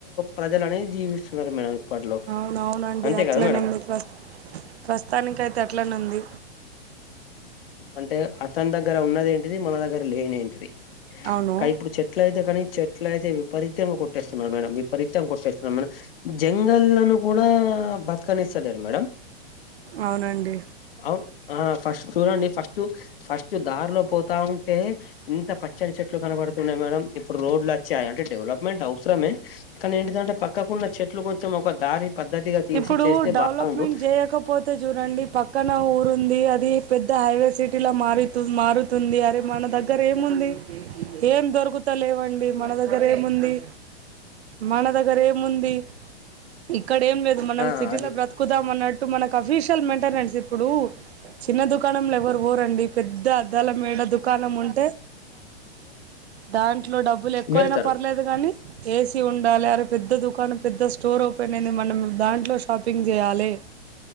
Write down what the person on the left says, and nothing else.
ప్రజలు అనేది జీవిస్తున్నారు మేడం ఇప్పట్లో
అంతే
కదా మేడం
అంటే అతని దగ్గర ఉన్నది ఏంటిది మన దగ్గర లేని ఏంటిది
కా ఇప్పుడు చె ఎట్ల అయితే కానీ చెట్ల అయితే విపరీతంగా కొట్టేస్తున్నారు మేడం విపరీతంగా కొట్టేస్తున్నారు మే జంగల్లను కూడా బతుకనిస్తలేరు మేడమ్
అవును అ ఫస్ట్ చూడ అండి ఫస్ట్ ఫస్ట్ దారిలో పోతా ఉంటే ఇంత పచ్చని చెట్లు కనబడుతున్నాయి మేడం ఇప్పుడు రోడ్లు వచ్చాయి అంటే డెవలప్మెంట్ అవసరమే కానీ ఏంటిదంటే పక్కకున్న చెట్లు కొంచెం ఒక దారి పద్ధతిగా తీసి
చేస్తే
బాగుండు
ఆ
అది
వెళ్తారు